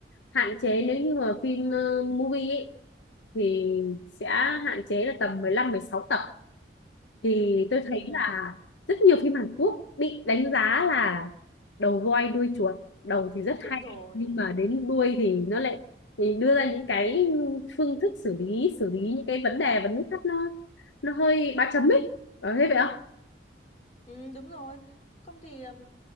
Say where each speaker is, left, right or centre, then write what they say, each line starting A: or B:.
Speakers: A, on the left; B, on the left.
A: hạn chế nếu như mà phim ờ, movie ấy, thì
B: Ừm,
A: sẽ hạn chế là tầm mười lăm mười sáu tập thì tôi
B: ừm,
A: thấy là rất nhiều phim Hàn Quốc bị đánh giá là đầu voi đuôi chuột đầu thì rất hay
B: đúng rồi.
A: nhưng mà đến đuôi thì nó lại thì đưa ra những cái phương thức xử lý xử lý những cái vấn đề vấn thắc nó nó hơi ba chấm ấy có thế vậy không
B: Ừm, đúng rồi. Không thì, ừm,